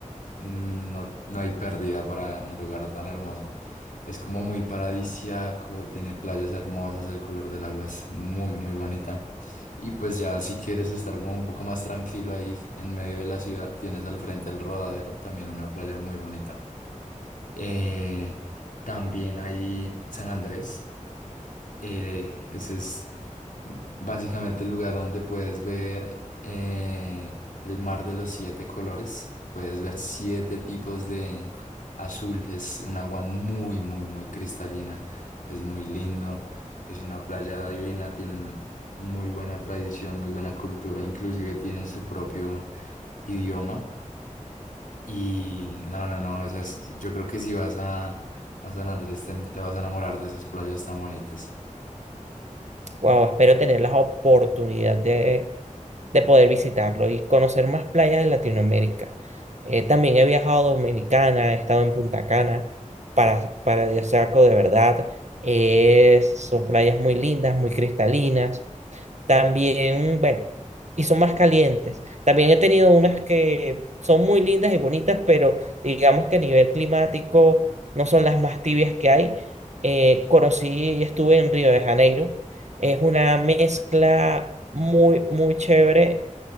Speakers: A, on the left (about 85°); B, on the right (about 60°).
A: mm, no, no hay pérdida para un lugar tan hermoso. Es como muy paradisiaco, tiene playas hermosas, el color del agua es muy, muy bonita. Y pues ya si quieres estar como un poco más tranquilo ahí en medio de la ciudad, tienes al frente el Rodadero, también una playa muy bonita. Eh, también hay San Andrés. eh, ese es básicamente el lugar donde puedes ver eh, el mar de los siete colores. Puedes ver siete tipos de azul. Es un agua muy, muy, muy cristalina. Es muy lindo. Es una playa divina. Tienen muy buena tradición, muy buena cultura. Inclusive tienen su propio idioma. Y no, no, no, o sea, es- yo creo que si vas a, a San Andrés te, te vas a enamorar de esas playas tan bonitas.
B: Wow, espero tener la oportunidad de de poder visitarlo y conocer más playas de Latinoamérica. Eh, también he viajado a Dominicana, he estado en Punta Cana, para, paradisíaco de verdad. Eh, son playas muy lindas, muy cristalinas. También, bueno, y son más calientes. También he tenido unas que son muy lindas y bonitas, pero digamos que a nivel climático no son las más tibias que hay. Eh, conocí y estuve en Río de Janeiro. Es una mezcla muy, muy chévere